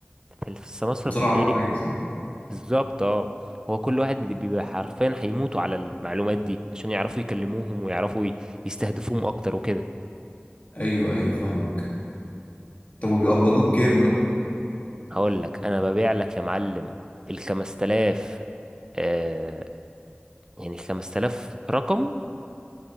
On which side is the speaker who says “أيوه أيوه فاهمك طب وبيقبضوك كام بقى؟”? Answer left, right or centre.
Left